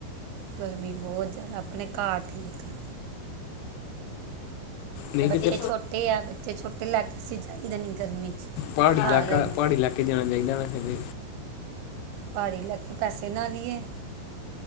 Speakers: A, on the right; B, on the left.
A: ਗਰਮੀ ਬਹੁਤ ਜ਼ਿਆਦਾ ਆਪਣੇ ਘਰ ਠੀਕ ਆ।
B: ਨਹੀਂ
A: ਬੱਚੇ
B: ਕਿਤੇ
A: ਛੋਟੇ ਆ ਬੱਚੇ ਛੋਟੇ ਲੈ ਕੇ ਅਸੀਂ ਜਾਈਦਾ ਨਹੀਂ ਗਰਮੀ 'ਚ
B: ਪਾੜੀ
A: ਘਰ
B: ਇਲਾਕਾ,
A: ਰਹੀ
B: ਪਾੜੀ ਇਲਾਕਾ ਕਿਤੇ ਜਾਣਾ ਚਾਹੀਦਾ ਵੈਸੇ ਤੇ
A: ਪਹਾੜੀ ਇਲਾਕੇ ਪੈਸੇ ਨਾਲ ਈ ਏ।